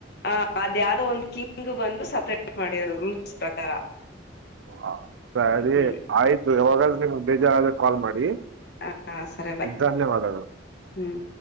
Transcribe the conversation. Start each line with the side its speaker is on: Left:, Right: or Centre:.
Left: ಹ ಅದ ಯ್ದೋ ಒಂದ್ ಕಿಂಗ್ ಬಂದು ಸ ಮಾಡಿರೋದು ರೂಲ್ಸ್ ಪ್ರಕಾರ
Right: ಹಾ ಸರಿ
Left: ಹ್ಮ್
Right: ಆಯ್ತು ಯಾವಾಗಾದ ನಿಮ್. ಬೇಜಾರ ಆದ್ರೆ ಕಾಲ್ ಮಾಡಿ.
Left: ಹ ಸರಿ ಬ
Right: ಧನ್ಯವಾದಗಳು.
Left: ಹ್ಮ್.